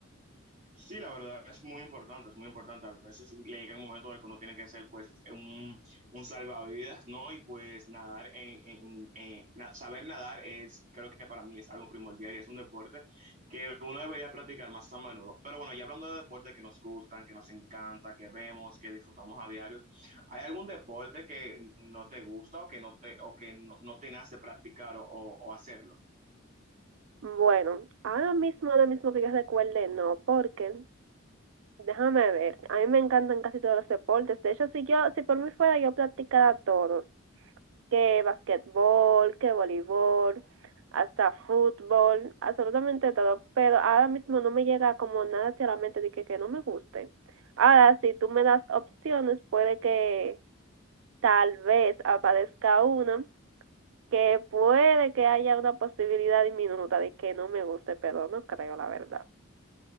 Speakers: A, on the right; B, on the right.
A: Sí, la verdad es muy importante, es muy importante. A veces le llega el momento en el que uno tiene que ser pues un, un salvavidas, ¿no? Y pues nadar, en, en- en- na- saber nadar es, creo que para mí es algo primordial y es un deporte que uno debería practicar más a menudo. Pero bueno, ya hablando de deportes que nos gustan, que nos encanta, que vemos, que disfrutamos a diario, ¿hay algún deporte que no te gusta o que no te, o que no, no te nace practicar o, o- o hacerlo?
B: Bueno, ahora mismo, ahora mismo que yo recuerde, no, porque déjame ver, a mí me encantan casi todos los deportes. De hecho, si yo, si por mí fuera, yo practicara todos, que basquetbol, que voleibol, hasta fútbol, absolutamente todo. Pero ahora mismo no me llega como nada hacia la mente de que, que no me guste. Ahora, si tú me das opciones, puede que tal vez aparezca una que puede que haya una posibilidad diminuta de que no me guste, pero no creo la verdad.